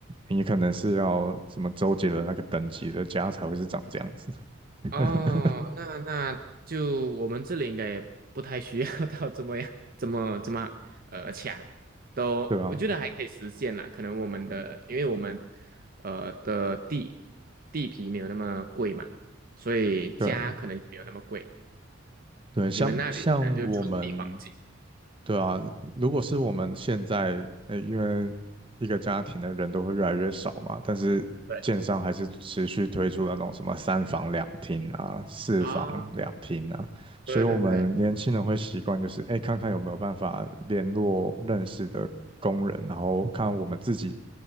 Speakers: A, on the right (about 25°); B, on the right (about 45°).
A: 你可能是要什么周杰伦那个等级的家才会是长这样子，<laughs>
B: 哦，那那就我们这里应该也不太需要 <laughs> 到这么样，这么这么呃强，都我觉得还可以实现啦。
A: 对啊，
B: 可能我们的，因为我们呃的地地皮没有那么贵嘛，所以家可能也没有那么贵。
A: 对，对，像像我们，
B: 你们那里可能就寸地黄金。
A: 对啊，如果是我们现在，呃，因为一个家庭的人都会越来越少嘛，但是建商还是持续推出那种什么三房两厅啊、
B: 对
A: 四房两厅啊，
B: 啊，
A: 所以我们年轻人会习惯就是，
B: 对对对，
A: 哎，看看有没有办法联络认识的工人，然后看我们自己